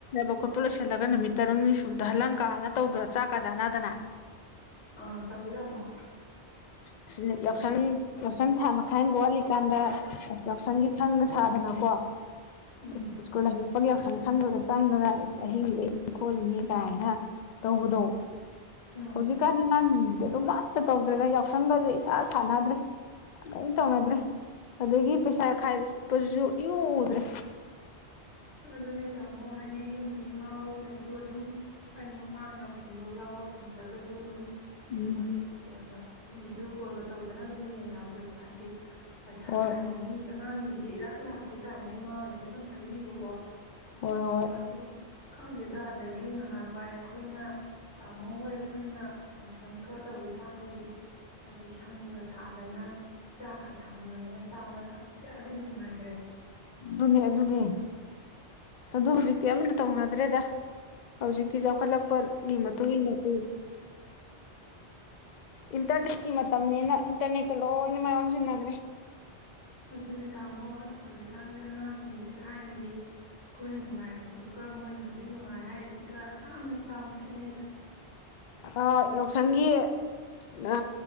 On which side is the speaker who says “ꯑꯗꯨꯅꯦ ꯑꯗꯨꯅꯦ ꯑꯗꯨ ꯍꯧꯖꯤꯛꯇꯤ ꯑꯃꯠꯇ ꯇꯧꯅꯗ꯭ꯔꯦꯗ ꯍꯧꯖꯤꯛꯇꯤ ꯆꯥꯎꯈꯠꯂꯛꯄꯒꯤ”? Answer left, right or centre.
Left